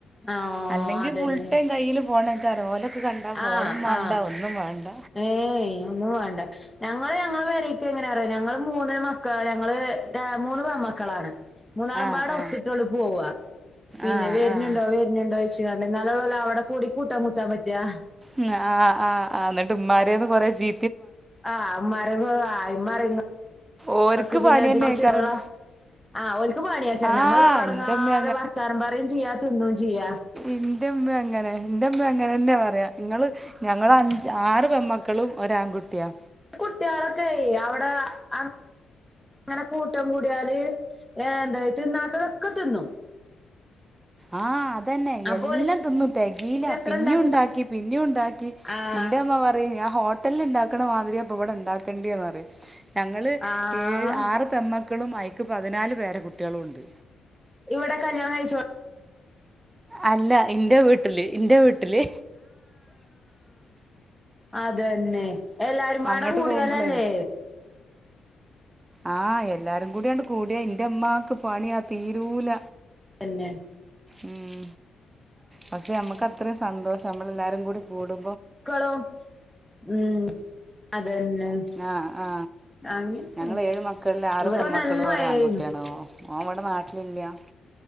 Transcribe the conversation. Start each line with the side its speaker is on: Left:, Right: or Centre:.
Centre: ആഹ്
Right: അല്ലെങ്കി
Centre: അതന്നെ
Right: ഫുൾ ടൈം കയ്യില് ഫോണ കരോലൊക്കെ കണ്ടാ ഫോണും
Centre: ആഹ്
Right: വാണ്ട
Centre: ആഹ്
Right: ഒന്നും വാണ്ട
Centre: ഏയ് ഒന്നും വേണ്ട ഞങ്ങളെ ഞങ്ങള് പേരേക്ക് എങ്ങനെ അറിയാ ഞങ്ങള് മൂ മൂന്ന് മക്കള് ഞങ്ങള് ര മൂന്ന് പെമക്കളാണ് മൂന്നാള്മ്പാടും
Right: ആ ആ
Centre: ഒത്തിട്ടോള് പോവ്വാ പിന്നെ
Right: ആ
Centre: വെര്നുണ്ടോ
Right: ആ
Centre: വെര്നുണ്ടോ വെച്ച് കണ്ട് എന്നാല്ലൊള്ളാല അവ്ടെ കൂടി കൂട്ടി മുട്ടാൻ പറ്റാ
Right: ഉം ആ ആ ആ ന്നിട്ട് ഇമ്മാര്ന്ന് കൊറെ ചീ
Centre: ആ മരങ്ങും ആ ഇമരങ്ങും
Right: ഓർക്ക്
Centre: അക്ക് പിന്നെ
Right: പണി തന്നെ കാരണം
Centre: <inaudible> ആ ഓൽ ക്ക് പണിയക്കാരം
Right: ആ
Centre: നമ്മള് തൊള്ളറ്ന്നാൽ
Right: എന്റമ്മ
Centre: വർത്താനം പറയും ചെയ്യാ തിന്നും ചെയ്യാ
Right: ഇന്റ്മ്മ അങ്ങനാ ഇന്റ്മ്മ അങ്ങനെ അന്നെ പറയാ ഇങ്ങള് ഞങ്ങളഞ്ച് ആറ് പെമ്മക്കളും ഒരാങ്കുട്ടിയാ
Centre: കുട്ടികളൊക്കെ ഈ യവിടെ ആ ങ്ങനെ കൂട്ടം കൂടിയാല് ഏ എന്താ തിന്നാത്തതൊക്കെ തിന്നും
Right: ആ അ അതന്നെ
Centre: അപ്പൊ
Right: എല്ലാം
Centre: ഓല്ക്ക്
Right: തിന്നും തെകീലാ
Centre: എത്ര
Right: പിന്നെയു
Centre: ഉണ്ടാക്കി
Right: ഇണ്ടാക്കി പിന്നെയു ഇണ്ടാക്കി
Centre: ആഹ്
Right: ഇന്റെ മ്മ പറയും ഞാ ഹോട്ടല് ഇണ്ടാക്ക്ണ മാതിരി അപ്പൊ ഇവിടെ ഉണ്ടാക്കേണ്ടിന്ന് പറിം ഞങ്ങള്
Centre: ആഹ്
Right: ഏഴ് ആറ് പെൺ മ ക്കളും അയ്ക്ക് പതിനാല് പേരകുട്ടികളുണ്ട്
Centre: ഇവിടെ കല്യാണം കയിച്ചോ
Right: അല്ല ഇൻ്റെ വീട്ടില് ഇൻ്റെ വീട്ടില്
Centre: അതേന്നെ എല്ലാരും പാടം
Right: അങ്ങോട്ട്
Centre: കൂടിയാലല്ലേ
Right: പോകുമ്പോളേ ആഹ് എല്ലാരും കൂടിയാണ്ട് കൂടിയാ ഇന്റെ ഇമ്മാക്ക് പണിയാ തീരൂല
Centre: തന്നെ
Right: ഉം പക്ഷെ അമ്മക്ക് അത്രേം സന്തോഷം അമ്മളെല്ലാരും കൂടി കൂടും
Centre: ക്കളോ ഉം അതന്നെ
Right: ആ ആ
Centre: അങ്ങനൊക്കെ
Right: ഞങ്ങള് ഏഴ് മക്കളിൽ ആറ്
Centre: ഇവിടെ
Right: പെമക്കളും
Centre: നല്ല മഴയായിരുന്നു
Right: ഒരാൺകുട്ടിയാണ് ഓ ഓൻ ഇവിടെ നാട്ടിലില്ല്യാ